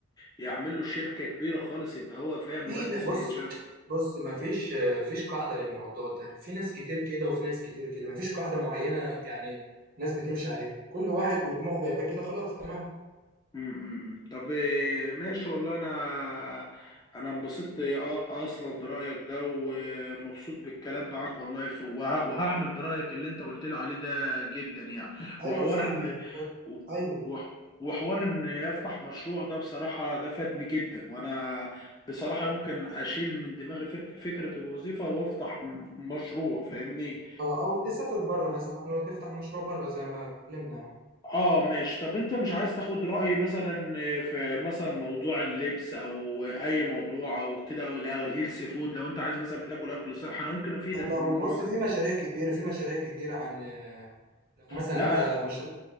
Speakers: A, on the left; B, on the right.
A: يعمل له شركه كبيره خالص يبقى هو فاهم
B: في
A: مهندس
B: ن- بص
A: الانشاء
B: بص ما فيش فيش قاعده للموضوع ده في ناس كتير كده وفي ناس كتير كده ما فيش قاعده معينه يعني ناس بتمشي عليها كل واحد ودماغه جايباه كده خلاص تمام
A: امم طب إيه، ماشي والله انا انا انبسطت أ- اصلا برايك ده ومبسوط بالكلام معاك والله ف- وه- وهعمل برايك اللي انت قلت لي عليه ده جدا يعني
B: ايوه
A: وحوار
B: يا صاحبي
A: ان و-
B: ايوه
A: وح- وحوار ان يفتح مشروع ده بصراحة ده فادني جدا وانا بصراحة يمكن اشيل من دماغي فك- فكرة الوظيفة وافتح م- مشروع فاهمني
B: اه او تسافر بره مثلا وتفتح مشروع بره زي ما اتكلمنا يعني
A: اه ماشي طب انت مش عايز تاخد رأيي مثلا في مثلا موضوع اللبس او اي موضوع او كده او او الهيلث فود لو انت عايز مثلا بتاكل اكل صح انا ممكن افيدك
B: لو
A: في الموضوع
B: بص
A: ده
B: في مشاريع كتير في مشاريع كتير عن آه، لو مثلا
A: لا
B: انت مشروع